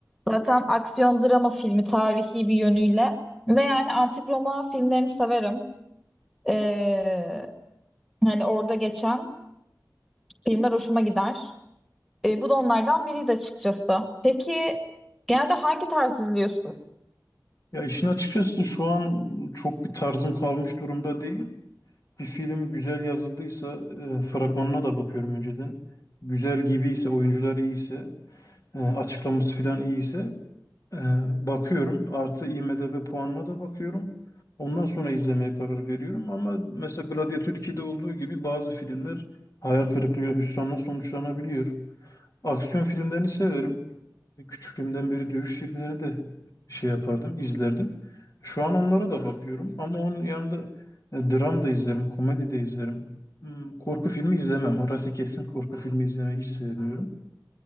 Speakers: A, in the centre; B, on the left.
A: Zaten aksiyon drama filmi tarihi bir yönüyle. Ve yani antik Roma filmlerini severim. Ee, hani orada geçen filmler hoşuma gider. Ee, bu da onlardan biriydi açıkçası. Peki genelde hangi tarz izliyorsun?
B: Ya işin açıkçası şu an çok bir tarzım kalmış durumda değil. Bir film güzel yazıldıysa e, fragmanına da bakıyorum önceden. Güzel gibiyse, oyuncular iyiyse, e, açıklaması falan iyiyse e, bakıyorum. Artı IMDb puanına da bakıyorum. Ondan sonra izlemeye karar veriyorum. Ama mesela Gladiator 2'de olduğu gibi bazı filmler hayal kırıklığı, hüsranla sonuçlanabiliyor. Aksiyon filmlerini severim. E, Küçüklüğümden beri dövüş filmlerini de şey yapardım, izlerdim. Şu an onlara da bakıyorum ama onun yanında e, dram da izlerim, komedi de izlerim. Hmm, Korku filmi izlemem. Orası kesin korku filmi izlemeyi hiç sevmiyorum.